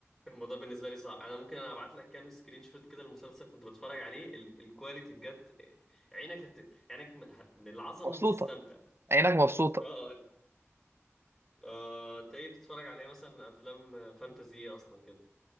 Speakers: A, in the centre; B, on the right.
A: الموضوع بالنسبه لي صعب انا ممكن انا ابعت لك كام سكرين شوت كده المسلسل كنت بتفرج عليه ال- الكواليتي بجد عينك هت... عينك م- ه- من العظمه
B: مبسوطه
A: هتستمتع
B: عينك مبسوطه
A: اه اه آه، انت ايه بتتفرج عليه مثلا افلام فانتازي اصلا كده